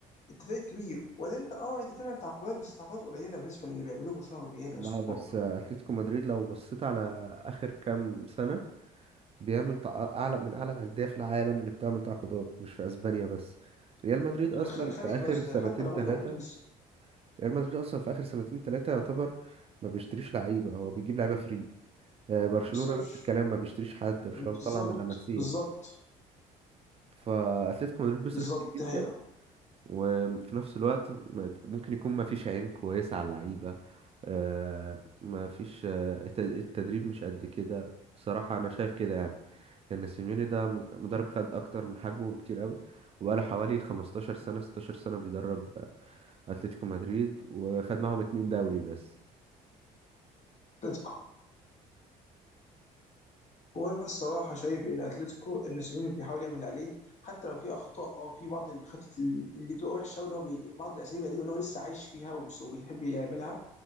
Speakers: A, on the left; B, on the right.
A: انت فريق كبير وبعدين انت اه انت تعمل تعاقدات بس تعاقدات قليله بالنسبه للي بيعملوه برشلونه والريال
B: لا
A: يا اسطى
B: بس
A: برضه
B: اتلتيكو مدريد لو بصيت على اخر كام سنه بيعمل تع- اعلى من اعلى الانديه في العالم اللي بتعمل تعاقدات مش في اسبانيا بس ريال مدريد اصلا
A: خ- غريبه
B: في اخر
A: يا اسطى
B: سنتين
A: حتى لو
B: ثلاثه
A: لو برضه
B: ريال مدريد اصلا في اخر سنتين ثلاثه يعتبر ما بيشتريش لعيبه هو بيجيب لعيبه فري آه، برشلونه
A: بيصرفش
B: نفس الكلام ما بيشتريش حد برشلونه
A: بالظبط
B: بيطلع من لاماسيا
A: بالظبط
B: فاتلتيكو مدريد بيصرف
A: بالظبط
B: كتير جدا
A: دي حقيقه
B: وفي نفس الوقت ما- ممكن يكون ما فيش عين كويسة على اللعيبة آه، ما فيش آه، الت- التدريب مش قد كده بصراحة انا شايف كده يعني ان سيميوني ده م- مدرب خد اكتر من حجمه بكتير قوي وبقاله حوالي 15 سنة 16 سنة بيدرب آه، اتلتيكو مدريد وخد معاهم اتنين دوري بس
A: اتلتيكو هو أنا الصراحة شايف إن أتلتيكو إن سيميوني بيحاول يعمل اللي عليه حتى لو في أخطاء أه في بعض الخطط اللي بتبقى وحشة واللي هو بي... بعض الأساليب القديمة اللي هو لسه عايش فيها وبس- وبيحب يعملها